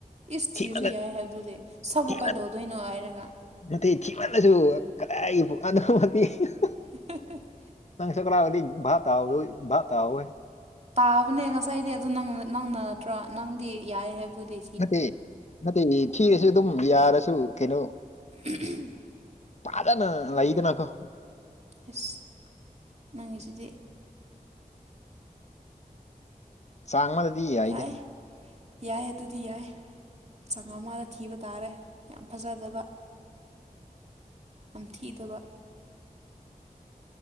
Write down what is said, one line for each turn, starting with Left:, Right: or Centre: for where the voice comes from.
Right: ꯏꯁ ꯊꯤꯔꯁꯨ
Left: ꯊꯤꯃꯜꯂ
Right: ꯌꯥꯏ ꯍꯥꯏꯕꯗꯨꯗꯤ ꯁꯥꯕꯨ
Left: ꯊꯤꯃꯜ
Right: ꯀꯩꯗꯧꯗꯣꯏꯅꯣ ꯍꯥꯏꯔꯒ
Left: ꯅꯠꯇꯦ ꯊꯤꯃꯜꯂꯁꯨ ꯀꯗꯥꯏ ꯄꯅꯣ <unintelligible>
Right: <unintelligible>
Left: ꯅꯪ ꯁꯀ꯭ꯔꯥ ꯑꯣꯏꯂꯤ ꯚꯥꯞ <unintelligible> ꯚꯥꯞ ꯇꯥꯑꯣꯏ
Right: ꯇꯥꯕꯅꯦ ꯉꯁꯥꯏꯗꯤ ꯑꯗꯨ ꯅꯪ ꯅꯪꯅ ꯅꯠꯇ꯭ꯔꯣ ꯅꯪꯗꯤ ꯌꯥꯏ ꯍꯥꯏꯕꯗꯤ
Left: ꯅꯠꯇꯦ ꯅꯠꯇꯦ ꯊꯤꯔꯁꯨ ꯑꯗꯨꯝ ꯌꯥꯔꯁꯨ ꯀꯩꯅꯣ
Right: <unintelligible>
Left: ꯄꯥꯗꯅ ꯂꯩ ꯗꯅꯥꯀꯣ
Right: ꯑꯁ ꯅꯪꯉꯤꯁꯤꯗꯤ
Left: ꯆꯥꯡ ꯑꯃꯗꯗꯤ ꯌꯥꯏꯗꯦ
Right: ꯌꯥꯏ ꯌꯥꯏ ꯑꯗꯨꯗꯤ ꯌꯥꯏ ꯆꯥꯉ ꯑꯃꯗ ꯊꯤꯕ ꯇꯥꯔꯦ ꯌꯥꯝ ꯐꯖꯗꯕ ꯌꯥꯝ ꯊꯤꯗꯕ